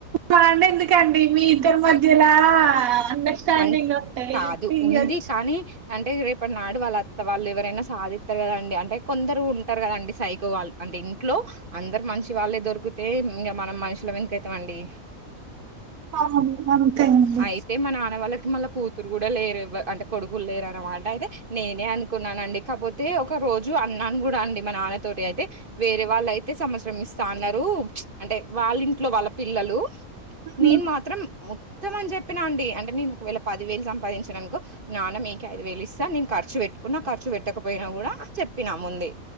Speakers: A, on the right (about 75°); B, on the right (about 35°).
A: బాండ్ ఎందుకండి మీ ఇద్దరి మధ్యలా అండర్స్టాడింగ్
B: అంటే
A: ఉంటే
B: కాదు
A: ఇయ్యోచ్చు
B: ఉంది. కానీ అంటే రేపటి నాడు వాళ్ళత్త వాళ్ళేవరైనా సాధిత్తరు కదండి అంటే కొందరు ఉంటారు కదండి సైకోవాళ్ళు అంటే ఇంట్లో అందరు మంచి వాళ్ళే దొరికితే ఇంగ మనం మనుషులమేందుకైతామండి
A: అవును అంతే అండి
B: అయితే మా నాన్న వాళ్ళక్ మళ్ళ కూతురు కూడా లేర్ ఎవరు అంటే కొడుకులు లేరన్నమాట అయితే నేనే అనుకున్నానండి కాకపోతే ఒక రోజు అన్నాను కూడా అండి మా నాన్న తోటి అయితే వేరే వాళ్ళైతే సంవత్సరం ఇస్తా అన్నారు అంటే వాళ్ళింట్లో వాళ్ళ పిల్లలు
A: ఉమ్,
B: నేను మాత్రం మొ త్తమని చెప్పినా అండి అంటే నేను ఒకవేళ పది వేలు సంపాదించిననుకో నాన్న మీకే ఐదువేలు ఇస్తా నేను ఖర్చు పెట్ న్నా ఖర్చు పెట్టకపోయినా కూడా చెప్పినా ముందే